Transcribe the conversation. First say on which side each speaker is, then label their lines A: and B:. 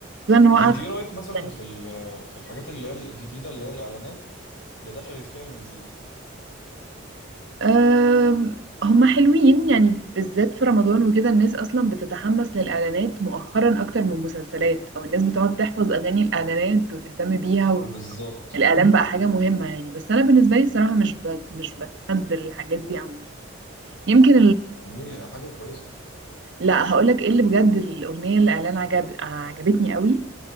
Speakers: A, on the right (about 60°); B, on the left (about 75°).
A: خصوصا إن هو
B: طب
A: قاعد
B: أنت إيه رأيك مثلا
A: يعني
B: في ال- في الحاجات اللي هي الجديدة اللي هي الإعلانات اللي دخلت فيها المزيكا
A: آه هما حلوين يعني بالذات في رمضان وكده الناس أصلا بتتحمس للإعلانات مؤخرا أكتر من المسلسلات أو الناس بتقعد تحفظ أغاني الإعلانات وتهتم بيها
B: بالظبط
A: والإعلان بقى حاجة مهمة يعني بس أنا بالنسبة لي الصراحة مش بت مش بتحد الحاجات دي أو مش يمكن
B: دي حاجة كويسة يعني
A: لا هقولك ايه اللي بجد الاغنيه اللي اعلان عجب عجبتني قوي